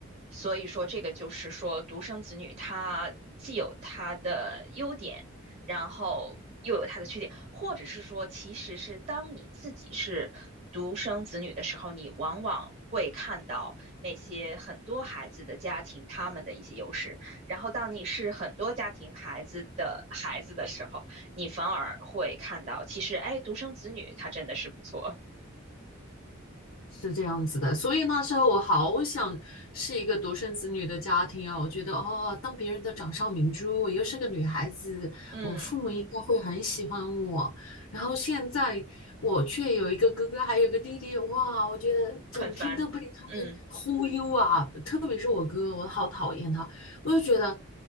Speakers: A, on the right; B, on the left.
A: 所以说，这个就是说，独生子女他既有他的优点，然后又有他的缺点，或者是说，其实是当你自己是独生子女的时候，你往往会看到那些很多孩子的家庭他们的一些优势，然后当你是很多家庭孩子的孩子的时候，你反而会看到，其实，哎，独生子女他真的是不错，
B: 是这样子的，所以那时候我好想是一个独生子女的家庭啊，我觉得哦，当别人的掌上明珠，我又是个女孩子，
A: 嗯，
B: 我父母应该会很喜欢我。然后现在我却有一个哥哥，还有个弟弟，哇，我觉得整天都被他们忽悠啊，
A: 很烦，嗯。
B: 特别是我哥，我好讨厌他，我就觉得